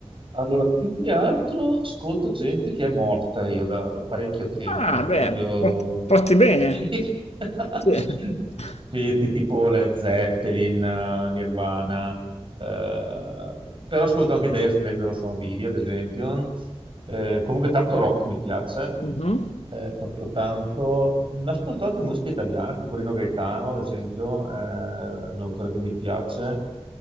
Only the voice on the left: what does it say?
Ah, beh,
porti porti bene.
Sì. <laughs>
Mhm.